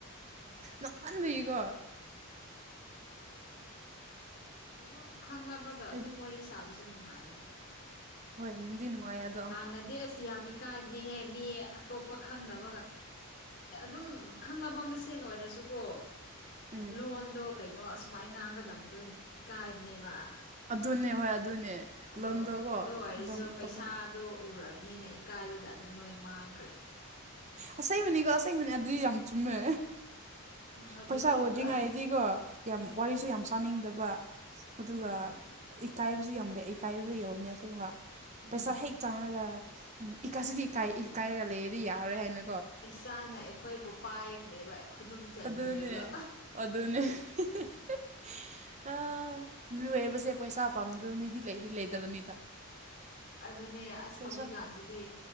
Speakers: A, on the left; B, on the right.
A: ꯑꯣ
B: ꯅꯣꯛꯃꯟꯕꯒꯤꯀꯣ
A: ꯑꯗꯨꯝ ꯈꯪꯅꯕꯒ
B: ꯑꯩꯗꯤ
A: ꯑꯗꯨꯝ ꯋꯥꯔꯤ ꯁꯥꯕꯁꯨ ꯅꯨꯡꯉꯥꯏꯗ
B: ꯍꯣꯏ ꯅꯨꯡꯗꯤ ꯅꯨꯡꯉꯥꯏꯌꯦ ꯑꯗꯨ
A: ꯍꯥꯟꯅꯗꯤ ꯑꯁ ꯌꯥꯝ ꯏꯀꯥꯏꯕꯅꯦꯍꯦ ꯃꯤ ꯑꯇꯣꯞꯄ ꯈꯪꯗꯕꯒ ꯑꯗꯨꯝ ꯈꯪꯅꯕ ꯃꯁꯦꯟ ꯑꯣꯏꯔꯁꯨꯀꯣ
B: ꯎꯝ
A: ꯂꯣꯟꯗꯣ ꯀꯩꯅꯣ ꯑꯁꯨꯃꯥꯏ ꯉꯥꯡꯒꯗꯕꯗꯣ ꯏꯀꯥꯏꯕꯅꯦꯕ
B: ꯑꯗꯨꯅꯦ ꯍꯣꯏ ꯑꯗꯨꯅꯦ
A: ꯑꯗꯣ
B: ꯂꯣꯟꯗꯣꯀꯣ
A: ꯑꯗꯨ ꯑꯣꯏꯔꯁꯨ
B: ꯂꯣꯟ ꯑꯇꯣꯞꯄꯅ
A: ꯄꯩꯁꯥꯗꯣ ꯎꯔꯕꯅꯤꯅ ꯏꯀꯥꯏꯕꯒ ꯑꯗꯨ ꯂꯣꯏ ꯃꯥꯡ
B: ꯑꯁꯦꯕꯅꯤꯀꯣ ꯑꯁꯦꯡꯕꯅꯤ ꯑꯗꯨꯗꯤ ꯌꯥꯝ ꯆꯨꯝꯃꯦ
A: ꯎꯝ ꯑꯗꯨꯅꯦꯕ
B: ꯄꯩꯁꯥ ꯎꯗ꯭ꯔꯤꯉꯩꯗꯤꯀꯣ ꯌꯥꯝ ꯋꯥꯔꯤꯁꯨ
A: ꯎꯝ
B: ꯌꯥꯝ ꯁꯥꯅꯤꯡꯗꯕ ꯑꯗꯨꯒ
A: ꯍꯣꯏ
B: ꯏꯀꯥꯏꯕꯁꯨ ꯌꯥꯝ ꯂꯩꯌꯦ ꯏꯀꯥꯏꯕꯁꯨ ꯌꯧꯕꯅꯦ ꯑꯁꯦꯡꯕ
A: ꯎꯝ
B: ꯄꯩꯁꯥ ꯍꯦꯛ ꯆꯪꯉꯒ ꯎꯝ ꯏꯀꯥꯏꯁꯤꯗꯤ
A: ꯑꯗꯨꯅꯦ
B: ꯏꯀꯥꯏ ꯏꯀꯥꯏꯔꯒ ꯂꯩꯔꯗꯤ ꯌꯥꯔꯣꯏ ꯍꯥꯏꯅ
A: ꯄꯩꯁꯥꯅ ꯑꯩꯈꯣꯏꯕꯨ ꯄꯥꯏꯈ꯭ꯔꯦꯕ ꯈꯨꯗꯨꯝ ꯆꯟꯈ꯭ꯔꯦꯕ
B: ꯑꯗꯨꯅꯦ ꯑꯗꯨꯅꯦ ꯍꯦ ꯍꯦ ꯍꯦ ꯍꯍ ꯑꯥ ꯃꯤꯑꯣꯏꯕꯁꯦ ꯄꯩꯁꯥ ꯄꯥꯝꯗꯕ ꯃꯤꯗꯤ ꯂꯩꯗꯤ ꯂꯩꯇꯕꯅꯤꯗ
A: ꯑꯗꯨꯅꯦ ꯑꯁ
B: ꯄꯩꯁꯥ
A: ꯍꯧꯖꯤꯛꯀꯥꯟꯁꯤꯗꯤ